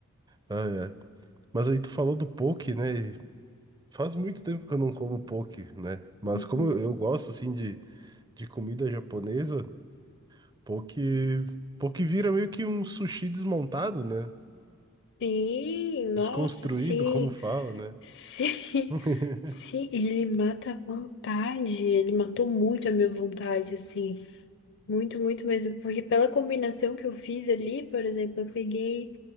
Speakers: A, on the right (about 20°); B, on the left (about 55°).
A: Ai, ai. Mas aí tu falou do poke, né? E faz muito tempo que eu não como poke, né? Mas
B: uhum.
A: como eu eu gosto, assim, de, de comida japonesa, poke, poke vira meio que um sushi desmontado, né?
B: Sim, nossa,
A: Desconstruído,
B: sim,
A: como fala, né?
B: sim,
A: <laughs>
B: sim, ele mata a vontade, ele matou muito a minha vontade, assim, muito, muito mesmo, porque pela combinação que eu fiz ali, por exemplo, eu peguei